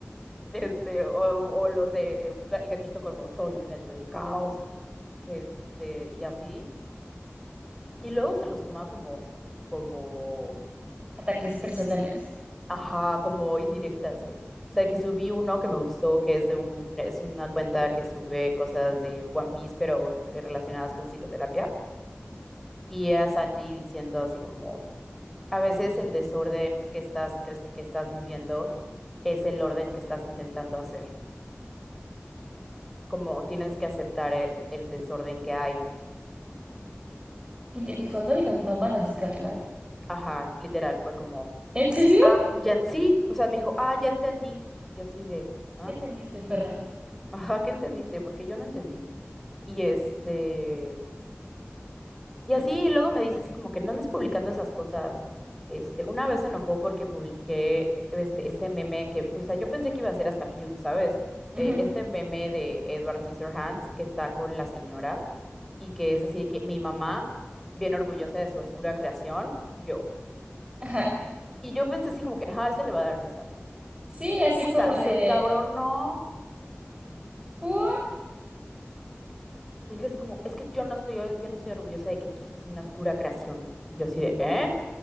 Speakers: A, in the centre; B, on the right (about 20°).
A: Este, o, o los de un ga- el gatito como soy un ente del caos, este, y así. Y luego se los toma como, como
B: Ataques personales.
A: Ajá, como indirectas, güey. O sea, que subí uno que me gustó, que es de un, es una cuenta que sube cosas de One Piece, pero de- relacionadas con psicoterapia. Y era Sanji diciendo así como, a veces el desorden que estás, que, est- que estás viviendo es el orden que estás intentando hacer. Como tienes que aceptar el, el desorden que hay.
B: Y te dijo, no digas mamadas, Carla.
A: Ajá, literal, fue como,
B: ¿En serio?
A: ah, ya, sí, o sea, me dijo, ah, ya entendí. Y yo así de, ah,
B: ¿Qué entendiste, perra?
A: ajá, ¿qué entendiste? Porque yo no entendí. Y este, Y así luego me dice así como que no andes publicando esas cosas. Este, una vez se enojó porque publiqué este, este meme que, o sea, yo pensé que iba a ser hasta cute, ¿sabes? Eh,
B: Ujú.
A: este meme de Edward Scissorhands que está con la señora y que es así de que mi mamá, bien orgullosa de su oscura creación, yo.
B: Ajá.
A: Y yo pensé así como que, ah, ese le va a dar risa, güey.
B: Sí, así
A: Puta,
B: como
A: se
B: de...
A: encabronó.
B: ¿Por?
A: Dije así como, es que yo no estoy, yo no estoy orgullosa de que tú seas una oscura creación. Y yo así de, ¿eh?